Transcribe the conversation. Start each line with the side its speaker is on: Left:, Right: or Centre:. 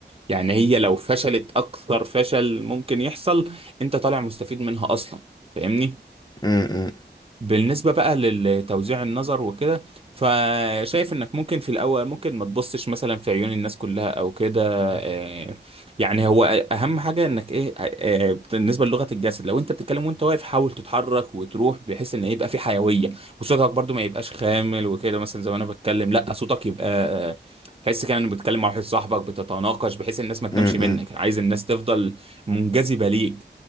Right: يعني هي لو فشلت اكثر فشل ممكن يحصل انت طالع مستفيد منها اصلا فاهمني
Left: م-
Right: بالنسبة بقى لتوزيع النظر وكده فشايف انك ممكن في الاول ممكن ما تبصش مثلا في عيون الناس كلها او كده آه، يعني هو اهم حاجة انك ايه آه، بالنسبة للغة الجسد لو انت بتتكلم وانت واقف حاول تتحرك وتروح بحيث ان يبقى في حيوية وصوتك برضو ما يبقاش خامل وكده مثلا زي ما انا بتكلم لا صوتك يبقى آه، تحس كده انك بتتكلم مع واحد صاحبك بتتناقش بحيث الناس ما
Left: م-
Right: تنامش
Left: م-
Right: منك
Left: م-
Right: عايز الناس تفضل منجذبة ليك